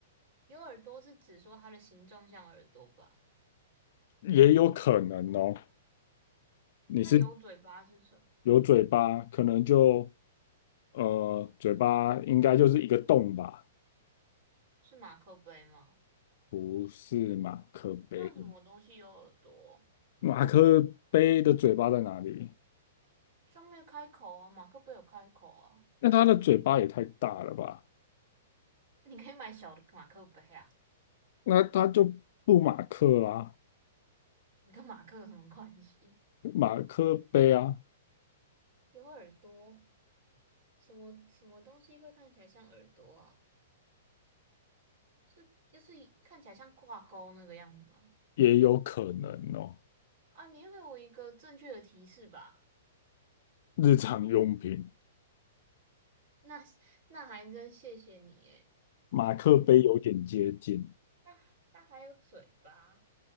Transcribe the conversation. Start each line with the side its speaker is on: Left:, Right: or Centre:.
Right: 有耳朵是指说它的形状像耳朵吧？
Left: 也有可能哦。你是
Right: 那有嘴巴是什么？
Left: 有嘴巴，可能就呃，嘴巴应该就是一个洞吧？
Right: 是马克杯吗？
Left: 不是马克杯，
Right: 那什么东西有耳朵？
Left: 马克杯的嘴巴在哪里？
Right: 上面开口啊，马克杯有开口啊。
Left: 那它的嘴巴也太大了吧？
Right: 你可以买小的马克杯啊，
Left: 那它就不马克啦，
Right: 你跟马克有什么关系？
Left: 马克杯啊，
Right: 有耳朵，什么什么东西会看起来像耳朵啊？是就是看起来像挂钩那个样子吗？
Left: 也有可能哦。
Right: 啊，你要给我一个正确的提示吧。
Left: 日常用品，
Right: 那那还真谢谢你诶。
Left: 马克杯有点接近。
Right: 那那那还有嘴巴，